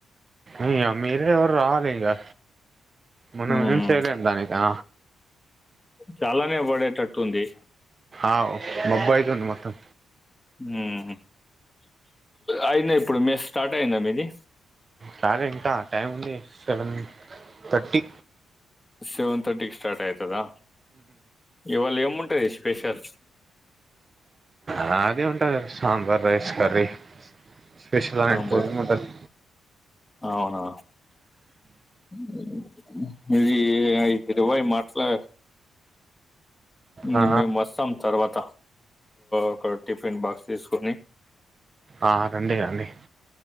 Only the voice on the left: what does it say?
ఉమ్
చాలానే పడేటట్టు ఉంది
మ్ అయిందా ఇప్పుడు మెస్ స్టార్ట్ అయిందా మీది
సెవెన్ థర్టీకి స్టార్ట్ అయితదా ఇవాళ ఏముంటది స్పెషల్స్
sambar
అవునా ఉమ్ ఇది ఇరవై మాట్లా ఇంగ
మేము వస్తాం తర్వాత ఒక టిఫిన్ బాక్స్ తీసుకొని